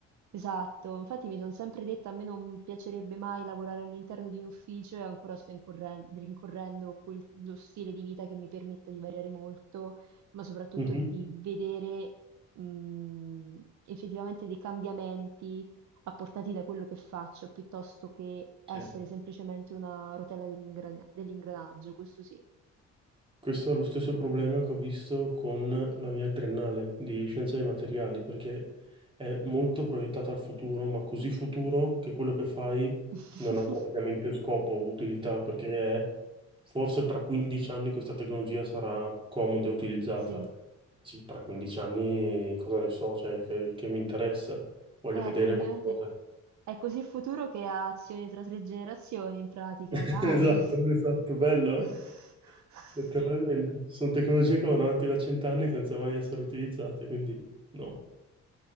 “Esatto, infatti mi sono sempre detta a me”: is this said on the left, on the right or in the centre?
Right